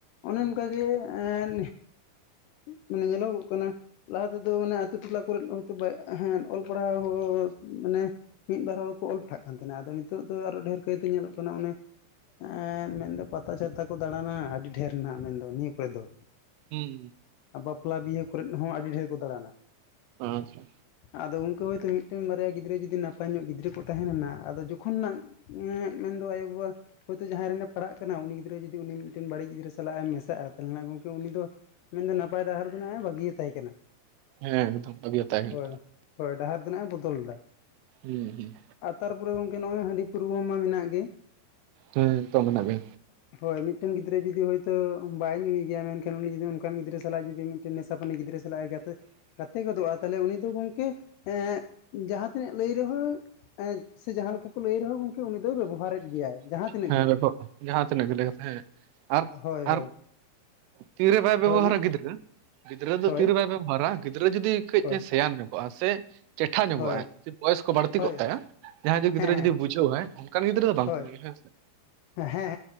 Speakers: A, on the left; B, on the right.
A: ᱚᱱᱮ ᱚᱱᱠᱟ ᱜᱮ ᱟᱨ ᱢᱟᱱ ᱧᱮᱞᱚᱜᱚᱜ ᱠᱟᱱᱟ ᱞᱟᱦᱟ ᱛᱮᱫᱚ ᱢᱟᱱᱮ ᱟᱛᱳ ᱴᱚᱞᱟ ᱠᱚᱨᱮᱫ ᱦᱚᱭᱛᱳ ᱚᱞ ᱯᱟᱲᱦᱟᱣ ᱦᱚᱸ ᱢᱟᱱᱮ ᱢᱤᱫ ᱵᱟᱨ ᱦᱚᱲ ᱠᱚ ᱚᱞ ᱯᱟᱲᱦᱟᱜ ᱠᱟᱱ ᱛᱟᱦᱮᱸ ᱛᱟᱦᱮᱱᱟ ᱟᱫᱚ ᱱᱤᱛᱚᱜ ᱫᱚ ᱟᱨᱚ ᱰᱷᱮᱨ ᱠᱟᱭᱛᱮ ᱧᱮᱞᱚᱜ ᱠᱟᱱᱟ ᱚᱱᱮ ᱮ ᱢᱮᱱᱫᱚ ᱯᱟᱛᱟ ᱪᱷᱟᱛᱟ ᱠᱚ ᱫᱟᱬᱟᱱᱟ ᱟᱹᱰᱤ ᱰᱷᱹᱮᱨ ᱦᱟᱜ ᱢᱮᱱᱫᱚ ᱱᱤᱭᱟᱹ ᱠᱚᱨᱮ ᱫᱚ
B: ᱦᱩᱸ
A: ᱟᱨ ᱵᱟᱯᱞᱟ ᱵᱤᱦᱟᱹ ᱠᱚᱨᱮᱫ ᱦᱚᱸ ᱟᱹᱰᱤ ᱰᱷᱮᱨ ᱠᱚ ᱫᱟᱬᱟᱱᱟ᱾
B: ᱟᱪᱪᱷᱟ
A: ᱟᱫᱚ ᱩᱱᱠᱩ ᱦᱳᱭᱛᱳ ᱢᱤᱫᱴᱮᱱ ᱵᱟᱨᱭᱟ ᱜᱤᱫᱽᱨᱟᱹ ᱡᱩᱫᱤ ᱱᱟᱯᱟᱭ ᱧᱚᱜ ᱜᱤᱫᱽᱨᱟᱹ ᱠᱚ ᱛᱟᱦᱮᱸᱱᱟ ᱦᱟᱜ ᱟᱫᱚ ᱡᱚᱠᱷᱚᱱ ᱱᱟᱜ ᱤᱧᱟᱜ ᱢᱮᱱᱫᱚ ᱟᱭᱳᱼ ᱵᱟᱵᱟ ᱦᱳᱭᱛᱳ ᱡᱟᱦᱟᱸᱭ ᱨᱮᱱ ᱮ ᱯᱟᱲᱦᱟᱜ ᱠᱟᱱᱟ ᱩᱱᱤ ᱜᱤᱫᱽᱨᱟᱹ ᱡᱩᱫᱤ ᱩᱱᱤ ᱢᱤᱫᱴᱮᱱ ᱵᱟᱹᱲᱤᱡ ᱜᱤᱫᱽᱨᱟᱹ ᱥᱟᱞᱟᱜ ᱮ ᱢᱮᱥᱟᱜᱼᱟ ᱛᱟᱦᱮᱱᱟᱜ ᱜᱚᱢᱠᱮ ᱩᱱᱤ ᱫᱚ ᱢᱮᱱᱫᱚ ᱱᱟᱯᱟᱭ ᱰᱟᱦᱟᱨ ᱫᱚ ᱼ ᱱᱟᱜ ᱵᱟᱹᱜᱤᱭᱟ ᱛᱟᱭ ᱠᱟᱱᱟ᱾
B: ᱦᱮᱸ ᱮᱠᱫᱚᱢ ᱵᱟᱹᱜᱤ ᱡᱚᱛᱟ ᱠᱟᱱᱟ᱾
A: ᱦᱳᱭ ᱦᱳᱭ ᱰᱟᱦᱟᱨ ᱫᱚ ᱱᱟᱜ ᱵᱚᱫᱚᱞ ᱮᱫᱟ᱾
B: ᱦᱩᱸ ᱦᱩᱸ
A: ᱟᱨ ᱛᱟᱨᱯᱚᱨᱮ ᱜᱚᱢᱠᱮ ᱱᱚᱜᱼᱚᱭ ᱦᱟᱺᱰᱤ ᱯᱟᱣᱨᱟᱹ ᱢᱟ ᱢᱮᱱᱟᱜ ᱜᱮ
B: ᱦᱮᱸ ᱛᱚ ᱢᱮᱱᱟᱜ ᱜᱮ
A: ᱦᱳᱭ ᱢᱤᱫᱴᱮᱱ ᱜᱤᱫᱽᱨᱟᱹ ᱡᱩᱫᱤ ᱦᱳᱭᱛᱳ ᱵᱟᱭ ᱧᱩᱭ ᱜᱮᱭᱟ ᱢᱮᱱᱠᱷᱟᱱ ᱩᱱᱤ ᱡᱩᱫᱤ ᱚᱱᱠᱟᱱ ᱜᱤᱫᱽᱨᱟᱹ ᱥᱟᱞᱟᱜ ᱡᱩᱫᱤ ᱢᱤᱫ ᱱᱮᱥᱟ ᱯᱟᱹᱱᱤ ᱜᱤᱫᱽᱨᱟᱹ ᱥᱟᱞᱟᱜ ᱮ ᱜᱟᱛᱮ ᱜᱟᱛᱮ ᱜᱚᱫᱚᱜᱼᱟ᱾ ᱛᱟᱦᱚᱞᱮ ᱩᱱᱤ ᱫᱚ ᱜᱚᱢᱠᱮ ᱮ ᱡᱟᱦᱟᱸ ᱛᱤᱱᱟᱹᱜ ᱞᱟᱹᱭ ᱨᱮᱦᱚᱸ ᱥᱮ ᱡᱟᱦᱟᱸ ᱞᱮᱠᱟ ᱠᱚ ᱞᱟᱹᱭ ᱨᱮᱦᱚᱸ ᱜᱚᱝᱠᱮ ᱩᱱᱤ ᱫᱚᱚᱭ ᱵᱮᱵᱚᱦᱟᱨᱮᱫ ᱜᱮᱭᱟᱭ ᱡᱟᱦᱟᱸ ᱛᱤᱱᱟᱹᱜ
B: ᱦᱮᱸ
A: ᱜᱮ
B: ᱵᱮᱯᱚᱜ ᱡᱟᱦᱟᱸ ᱛᱤᱱᱟᱹᱜ ᱜᱮ ᱞᱟᱹᱭ ᱠᱟᱛᱮ ᱦᱮᱸ ᱟᱨ
A: ᱦᱳᱭ
B: ᱟᱨ
A: ᱦᱳᱭ
B: ᱛᱤ ᱨᱮ ᱵᱟᱭ ᱵᱮᱵᱚᱦᱟᱨᱟ
A: ᱦᱳᱭ ᱢᱟ
B: ᱜᱤᱫᱽᱨᱟᱹ ᱜᱤᱫᱽᱨᱟᱹ ᱫᱚ
A: ᱦᱳᱭ
B: ᱛᱤ ᱨᱮ ᱵᱟᱭ ᱵᱮᱵᱚᱦᱟᱨᱟ ᱜᱤᱫᱽᱨᱟᱹ ᱡᱩᱫᱤ ᱠᱟᱹᱡ
A: ᱦᱳᱭ
B: ᱮ ᱥᱮᱭᱟᱱ ᱧᱚᱜᱚᱜᱼᱟ ᱥᱮ ᱪᱮᱴᱷᱟ ᱧᱚᱜᱼ
A: ᱦᱳᱭ
B: ᱟᱭ ᱥᱮ ᱵᱚᱭᱮᱥ ᱠᱚ ᱵᱟᱲᱛᱤ
A: ᱦᱳᱭ
B: ᱠᱚᱜ ᱛᱟᱭᱟ ᱡᱟᱦᱟᱸᱭ ᱜᱤᱫᱽᱨᱟᱹ
A: ᱦᱮᱸ
B: ᱡᱩᱫᱤ
A: ᱦᱮᱸ
B: ᱵᱩᱡᱷᱟᱹᱣ ᱟᱭ ᱚᱱᱠᱟᱱ ᱜᱤᱫᱽᱨᱟᱹ ᱫᱚ ᱵᱟᱝ
A: ᱦᱳᱭ
B: ᱠᱚ ᱧᱩᱭᱼᱟ ᱦᱮᱸ ᱥᱮ
A: ᱦᱮᱸ